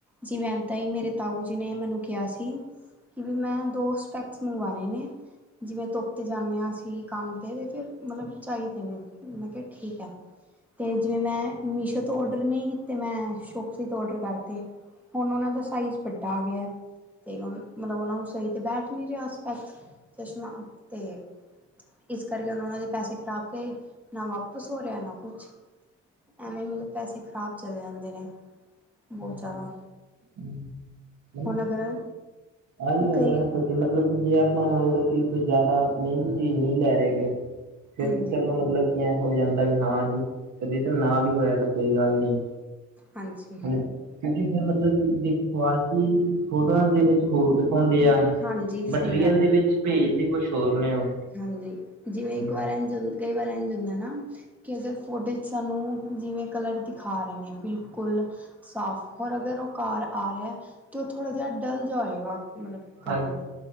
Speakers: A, in the centre; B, on the right (about 70°).
A: ਜਿਵੇੈਂ ਇੱਦਾਂ ਹੀ ਮੇਰੇ ਤਾਊ ਜੀ ਨੇ ਮੈਨੂੰ ਕਿਹਾ ਸੀ। ਕਿਉਕ ਮੈਂ ਦੋ ਸਪੈਕਸ ਮੰਗਵਾਣੇ ਨੇ। ਜਿਵੇਂ ਧੁੱਪ 'ਤੇ ਜਾਂਦੇ ਹਾਂ ਅਸੀਂ ਕੰਮ 'ਤੇ ਅਤੇ ਫਿਰ ਮਤਲਬ ਚਾਹੀਦੇ ਨੇ। ਮੈ ਕਿਹਾ ਠੀਕ ਹੈ। ਤੇ ਜਿਵੇਂ ਮੈਂ ਮੀਸ਼ੋ ਤੋਂ ਆਡਰ ਨਹੀਂ ਕੀਤੇ ਮੈਂ ਸ਼ੋਪਸੀ ਤੋਂ ਆਡਰ ਕਰਤੇ ਹੁਣ ਉਹਨਾਂ ਦਾ ਸਾਈਜ਼ ਵੱਡਾ ਆ ਗਿਆ। ਤੇ ਮਤਲਬ ਉਹਨਾਂ ਨੂੰ ਸਹੀ ਤੇ ਬੈਠ ਨਹੀਂ ਰਿਹਾਪੈਸਪੈਕਸ। ਚਸ਼ਮਾ ਤੇ ਇਸ ਕਰਕੇ ਉਹਣ ਉਹਨਾਂ ਦੇ ਪੈਸੇ ਖ਼ਰਾਬ ਗਏ ਨਾ ਵਾਪਿਸ ਹੋ ਰਿਹਾ ਨਾ ਕੁਛ। ਐਵੇਂ ਮਤਲਬ ਪੈਸੇ ਖ਼ਰਾਬ ਚਲੇ ਜਾਂਦੇ ਨੇ। ਬਹੁਤ
B: ਹਾਂਜੀ,
A: ਜ਼ਿਆਦਾ
B: ਹਮ, ਮੈਨੂੰ
A: ਹੁਣ ਅਗਰ
B: ਆਹੀ ਗੱਲ
A: ਕਈ
B: ਮਤਲਬ ਕਿ ਜੇ ਆਪਾਂ ਮੰਨ ਲਓ ਕਿ ਕੋਈ ਜ਼ਿਆਦਾ ਮਹਿੰਗੀ ਚੀਜ਼ ਨਹੀਂ ਲੈ ਰਹੇ ਗ। ਫਿਰ
A: ਹਾਂਜੀ
B: ਚਲੋ ਮਤਲਬ ਕਿ ਐਂ ਹੋ ਜਾਂਦਾ ਵੀ ਹਾਂ ਜੀ ਰਿਟਰਨ ਨਾ ਵੀ ਹੋਇਆ ਤਾਂ ਕੋਈ ਗੱਲ ਨਹੀਂ।
A: ਹਾਂਜੀ।
B: ਹੁਣ ਕਿਉਂਕਿ ਫਿਰ ਮਤਲਬ ਕਿ ਦੇਖੋ ਕੁਆਲਿਟੀ, ਫੋਟੋਆਂ ਦੇ ਵਿੱਚ ਹੋਰ ਹੁੰਦੇ ਆ।
A: ਹਾਂਜੀ
B: ਮਟੀਰੀਅਲ
A: ਸਹੀ ਗੱਲ ਹੈ
B: ਦੇ ਵਿੱਚ ਭੇਜਦੇ ਕੁਛ ਹੋਰ ਨੇ ਉਹ।
A: ਹਾਂਜੀ, ਜਿਵੇਂ ਇੱਕ
B: ਹਮ
A: ਵਾਰ ਇ ਕਈ ਵਾਰ ਇਂਝ ਹੁੰਦਾ ਨਾ। ਕਿ ਅਗਰ ਫੋਟੋ 'ਚ ਸਾਨੂੰ ਜਿਵੇਂ ਕਲਰ ਦਿਖਾ ਰਹੇ ਨੇ ਬਿਲਕੁਲ ਸਾਫ ਹੋਰ ਅਗਰ ਉਹ ਘਰ ਆ ਰਿਹਾ ਹੈ ਤੇ ਉਹ ਥੋੜਾ ਜਿਹਾ ਡਲ ਹੋਵੇਗਾ। ਮਤਲਬ ਕਲਰ,
B: ਹਾਂਜੀ